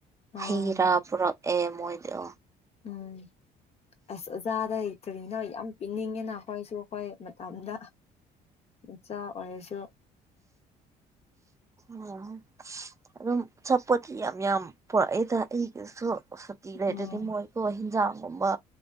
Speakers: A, on the left; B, on the right.
A: ꯑꯥ
B: ꯍꯩ ꯔꯥ ꯄꯨꯔꯛꯑꯦ ꯃꯣꯏꯗꯣ
A: ꯎꯝ ꯑꯁ ꯑꯣꯖꯥꯗ ꯀꯔꯤꯅꯣ ꯌꯥꯝ ꯄꯤꯅꯤꯡꯉꯦꯅ ꯈꯣꯏꯁꯨ ꯍꯣꯏ ꯃꯇꯝꯗ ꯏꯆꯥ ꯑꯣꯏꯔꯁꯨ
B: <inaudible> ꯑꯗꯨꯝ ꯆꯄꯣꯠꯇꯤ ꯌꯥꯝ ꯌꯥꯝ ꯄꯣꯔꯛꯑꯦꯗ ꯑꯩꯗꯁꯨ ꯁꯨꯇꯤ ꯂꯩꯇ꯭ꯔꯗꯤ
A: ꯎꯝ
B: ꯃꯣꯏꯀꯣ ꯍꯤꯟꯖꯥꯡꯒꯨꯝꯕ